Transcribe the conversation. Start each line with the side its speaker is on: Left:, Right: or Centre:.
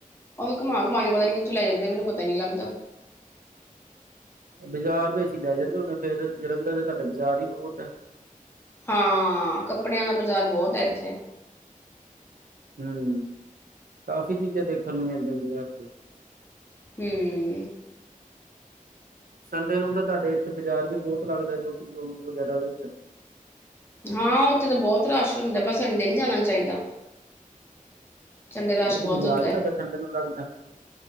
Left: ਉਹਵੀ ਘੁਮਾ-ਘੁਮਾਕੇ ਪਤਾ ਨੀ ਕਿੱਥੇ ਲੈ ਜਾਂਦੇ, ਮੈਨੂੰ ਪਤਾ ਨੀ ਲਗਦਾ।
Right: ਬਜ਼ਾਰ ਵਿਚ ਈ ਲੈ ਜਾਂਦੇ ਹੋਨੇ ਫਿਰ, ਜਲੰਧਰ ਤੇ ਤੁਹਾਡੇ ਬਜ਼ਾਰ ਹੀ ਬਹੁਤ ਐ।
Left: ਹਾਂ! ਕੱਪੜਿਆਂ ਦਾ ਬਜ਼ਾਰ ਬਹੁਤ ਹੈ ਇੱਥੇ।
Right: ਹੂੰ, ਕਾਫੀ ਚੀਜ਼ਾਂ ਦੇਖਣ ਨੂੰ ਮਿਲ ਜਾਂਦੀਆਂ ਉੱਥੇ।
Left: ਹੂੰ।
Right: ਸੰਡੇ ਨੂੰ ਤਾਂ ਤੁਹਾਡੇ ਇੱਥੇ ਬਾਜ਼ਾਰ ਵੀ ਬਹੁਤ ਲੱਗਦਾ, ਜੋਤੀ ਚੌਂਕ ਵਗੈਰਾ ਵਿੱਚ।
Left: ਹਾਂ, ਉੱਥੇ ਤਾਂ ਬਹੁਤ ਰਸ਼ ਹੁੰਦਾ, ਪਰ ਸੰਡੇ ਨਹੀਂ ਜਾਣਾ ਚਾਹੀਦਾ। ਸੰਡੇ ਰਸ਼
Right: ਉਹ
Left: ਬਹੁਤ
Right: ਤੇ ਬਾਜ਼ਾਰ
Left: ਹੁੰਦਾ।
Right: ਹੀ ਤੁਹਾਡਾ ਸੰਡੇ ਨੂੰ ਲੱਗਦਾ